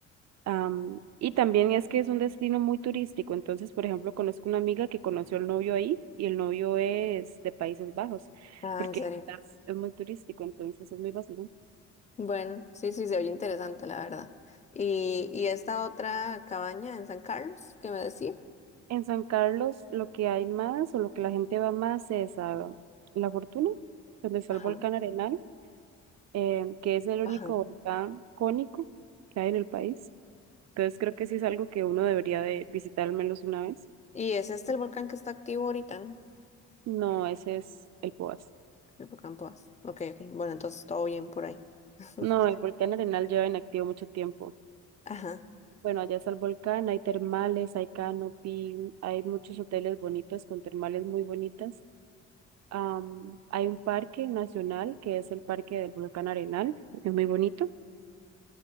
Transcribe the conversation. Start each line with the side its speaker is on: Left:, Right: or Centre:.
Right: Am, y también es que es un destino muy turístico, entonces, por ejemplo, conozco una amiga que conoció al novio ahí y el novio es de Países Bajos,
Left: Ah,
Right: porque
Left: en serio.
Right: quizás es muy turístico, entonces es muy vacilón.
Left: Bueno, sí, sí, se oye interesante, la verdad. ¿Y, y esta otra cabaña en San Carlos que me decía?
Right: En San Carlos lo que hay más o lo que la gente va más es a La Fortuna, donde está
Left: Ajá,
Right: el volcán Arenal, eh, que es el único
Left: ajá.
Right: volcán cónico que hay en el país. Entonces creo que sí es algo que uno debería de visitar al menos una vez.
Left: Y es este el volcán que está activo ahorita, ¿no?
Right: No, ese es el Poás.
Left: El volcán Poás. Ok, ok. Bueno, entonces todo bien por ahí. <laughs>
Right: No, el volcán Arenal lleva inactivo mucho tiempo.
Left: Ajá.
Right: Bueno, allá está el volcán, hay termales, hay canopy, hay muchos hoteles bonitos con termales muy bonitas. Am, hay un parque nacional que es el Parque del Volcán Arenal, es muy bonito,